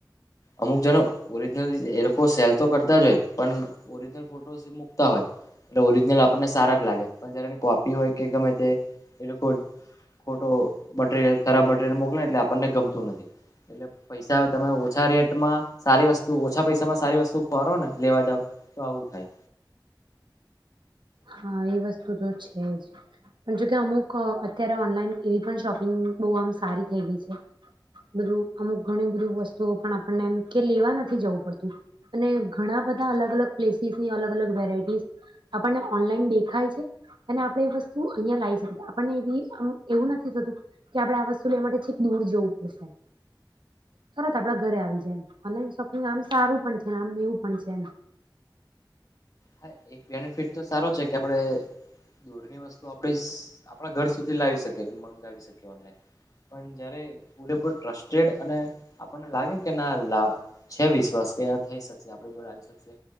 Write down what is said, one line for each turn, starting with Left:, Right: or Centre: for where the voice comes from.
Left: અમુક જનો ઓરજનલ એ લોકો સેલ તો કરતા જ હોય પણ ઓરજનલ મકતા હોય એટલે ઓરિજિનલ આપણને સારા જ લાગે પણ જયારેની કોપી હોય કે ગમે તે એ લોકો ખોટો મટરિયલ ખરાબ મટરિયલ મોકલે ને એટલે આપણને ગમતું નથી એટલે પૈસા તમે ઓછા રેટમાં સારી વસ્તુ ઓછા પૈસામાં સારી વસ્તુ ખરો ને લેવા જાવ તો આવું થાય.
Right: હા એ વસ્તુ તો છે જ પણ જોકે અમુક અત્યારે ઓનલાઈન એવી પણ શોપિંગ બહુ આમ સારી થઈ ગઈ છે બધું અમુક ઘણી બધી વસ્તુઓ પણ આપણનેમ કે લેવા નથી જવું પડતું અને ઘણા બધા અલગ અલગ પ્લેસીસ ની અલગ અલગ વેરાયટીસ આપણને ઓનલાઈન દેખાય છે અને આપણે એ વસ્તુ અહિયાયા લાવી શકીએ આપણને એ એવું નથી થતું કે આપણેે આ વસ્તુ લે માટે છેક દૂર જવું પડશે તરત આપડા ઘરે આવી જાય એમ ઓનલાઈન શોપિંગ આમ સારું પણ છે આમ એવું પણ છે એમ.
Left: હા એક બેનિફિટ તો સારો છે કે આપણે દૂરની વસ્તુ આપ આપણા ઘર સુધી લાવી શકીએ મંગાવી શકીએ ઓનઈ પણ જયારે પૂરેપૂ ટ્રસ્ટેડ અને આપણને લાગેને કે ના છે વીસ વર્ષ કે આ થઈ શકશે આપ જોડ આવી શકશે